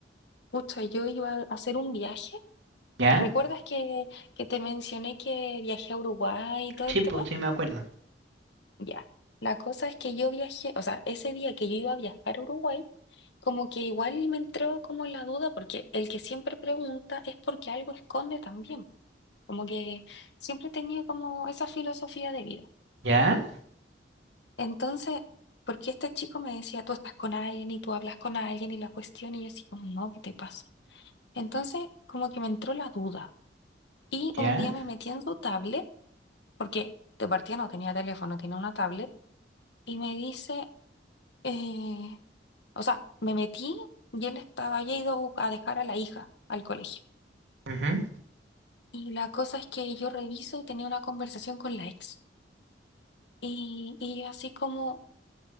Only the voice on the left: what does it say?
pucha, yo iba a hacer un viaje.
¿Recuerdas que, que te mencioné que viajé a Uruguay y todo
el
tema?
Ya. La cosa es que yo viajé, o sea, ese día que yo iba a viajar a Uruguay, como que igual me entró como la duda, porque el que siempre pregunta es porque algo esconde también. Como que siempre he tenido como esa filosofía de vida.
Entonces, porque este chico me decía, tú estás con alguien y tú hablas con alguien y la cuestión, y yo así como, no, ¿qué te pasa? Entonces, como que me entró la duda. Y un
día me metí en su tablet, porque de partida no tenía teléfono, tenía una tablet, y me dice, eh, o sea, me metí y él estaba, había ido a bus- a dejar a la hija al colegio.
Y la cosa es que yo reviso y tenía una conversación con la ex. Y, y yo así como,